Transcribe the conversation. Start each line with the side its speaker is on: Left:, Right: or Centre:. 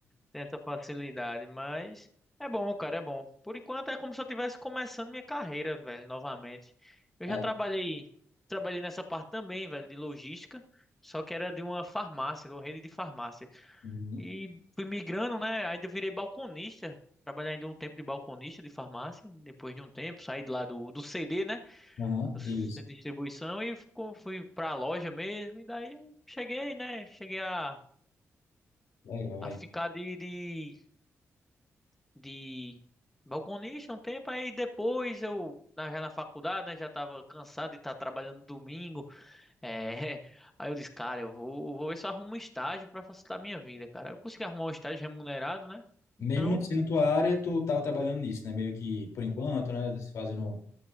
Centre: tem essa facilidade, mas é bom, cara, é bom. Por enquanto é como se eu estivesse começando minha carreira, velho, novamente. Eu já
Left: é.
Centre: trabalhei, trabalhei nessa parte também, velho, de logística, só que era de uma farmácia, de uma rede de farmácia.
Left: hum,
Centre: E fui migrando, né? Aí eu virei balconista. Trabalhei ainda um tempo de balconista de farmácia, depois de um tempo, saí de lá do, do CD, né?
Left: Aham,
Centre: centro
Left: isso.
Centre: de distribuição e co- fui pra loja mesmo. E daí eu cheguei, né? Cheguei a,
Left: Legal, velho.
Centre: a ficar de, de, de balconista um tempo. Aí depois eu, na- já na faculdade, né? Já tava cansado de estar trabalhando domingo. É, <laughs> aí eu disse, cara, eu vou, vou ver se eu arrumo um estágio pra facilitar a minha vida, cara. Eu consegui arrumar um estágio remunerado, né?
Left: Mesmo
Centre: Então.
Left: não sendo tua área, tu tava trabalhando nisso, né? Meio que por enquanto, né? Fazendo,